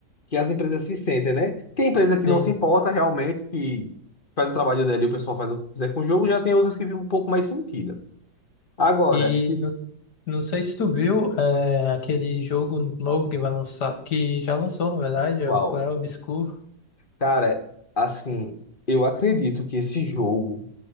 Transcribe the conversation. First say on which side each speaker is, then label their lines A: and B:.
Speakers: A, on the left; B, on the left.
A: que as empresas se sentem, né? Tem empresa que
B: Sim.
A: não se importa realmente, que faz o trabalho dela e o pessoal faz o que quiser com o jogo, já tem outras que vivem um pouco mais sentido. Agora,
B: E no, não sei se tu viu é, aquele jogo novo que vai lançar, que já lançou, na verdade, é
A: pessoal.
B: o Clair Obscur.
A: Cara, assim, eu acredito que esse jogo